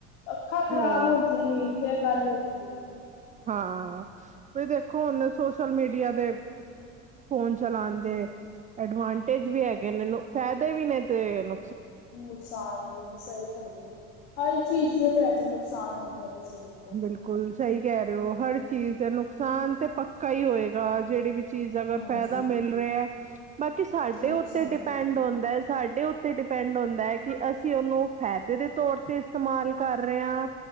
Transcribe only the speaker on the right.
ਹੂੰ।
ਹਾਂ, ਵੀ ਦੇਖੋ ਹੁਣ ਸੋਸ਼ਲ ਮੀਡੀਆ ਦੇ ਫੋਨ ਚਲਾਉਣ ਦੇ ਐਡਵਾਂਟੇਜ ਵੀ ਹੈਗੇ ਨੇਨੂੰ ਫਾਇਦੇ ਵੀ ਨੇ ਤੇਨ।
ਬਿਲਕੁਲ ਸਹੀ ਕਹਿ ਰਹੇ ਹੋ। ਹਰ ਚੀਜ਼ ਨੁਕਸਾਨ ਤੇ। ਪੱਕਾ ਹੀ ਹੋਏਗਾ। ਜਿਹੜੀ ਵੀ ਚੀਜ਼ ਅਗਰ
ਫਾਇਦਾ ਮਿਲ ਰਿਹਾ। ਬਾਕੀ ਸਾਡੇ
ਉੱਤੇ ਡਿਪੈਂਡ
ਆਉਂਦਾ। ਸਾਡੇ ਉੱਤੇ ਡਿਪੈਂਡ ਹੁੰਦਾ ਹੈ ਕਿ ਅਸੀਂ ਉਹਨੂੰ ਫਾਇਦੇ ਦੇ ਤੌਰ ਤੇ ਇਸਤੇਮਾਲ ਕਰ ਰਹੇ ਹਾਂ।